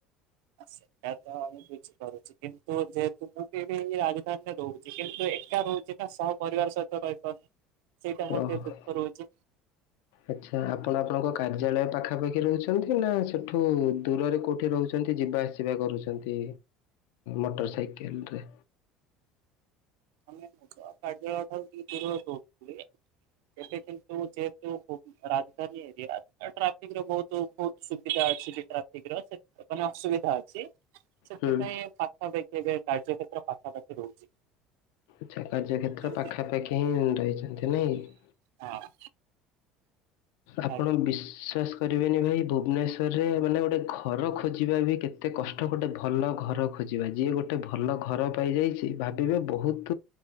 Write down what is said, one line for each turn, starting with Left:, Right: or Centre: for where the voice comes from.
Right: ସେଇଟା ତ ଆମେ କିନ୍ତୁ ଯେହେତୁ ମୁଁ ବି ଏବେ ଏ ରାଜଧାନୀରେ ରହୁଛି କିନ୍ତୁ ଏକା ରହୁଛି ନା ସହ ପରିବାର ସହିତ ରହିପାରୁନି। ସେଇଟା ମୋର
Left: ଓହୋ
Right: ଟିକେ ଦୁଃଖ ରହୁଛି।
Left: ଆଚ୍ଛା ଆପଣ ଆପଣଙ୍କ କାର୍ଯ୍ୟାଳୟ। ପାଖାପାଖି ରହୁଛନ୍ତି ନା ସେଠୁ ଦୂରରେ କୋଉଠି ରହୁଛନ୍ତି ଯିବା ଆସିବା କରୁଛନ୍ତି। ମୋଟର ସାଇକେଲ୍ ରେ।
Right: ଆମେ ମୁଁ ତ କାର୍ଯ୍ୟାଳୟ ଠାରୁ ଟିକେ ଦୂର ରହୁଛୁ। ଏବେ କିନ୍ତୁ ଯେହେତୁ ରାଜଧାନୀ ଏରିଆ ଟ୍ରାଫିକ୍ ର ବହୁତ ବହୁତ ସୁବିଧା ଅଛି ଟ୍ରାଫିକ୍ ର ମାନେ ସୁବିଧା ଅଛି ସେଥିପାଇଁ
Left: ହୁଁ
Right: ପାଖାପାଖି ଏବେ କାର୍ଯ୍ୟ କ୍ଷେତ୍ର ପାଖାପାଖି ରହୁଛି।
Left: ଆଚ୍ଛା କାର୍ଯ୍ୟ କ୍ଷେତ୍ର
Right: ଯେମିତି
Left: ପାଖାପାଖି ହିଁ ରହିଛନ୍ତି ନାଇଁ କି?
Right: ହଁ
Left: ଆପଣ
Right: ଆଜ୍ଞା
Left: ବିଶ୍ଵାସ କରିବେନି ଭାଇ ଭୁବନେଶ୍ୱର ରେ ମାନେ ଗୋଟେ ଘର ଖୋଜିବା ବି କେତେ କଷ୍ଟ ଗୋଟେ ଭଲ ଘର ଖୋଜିବା ଯିଏ ଗୋଟେ ଭଲ। ଘର ପାଇ ଯାଇଛି ଭାବିବେ ବହୁତ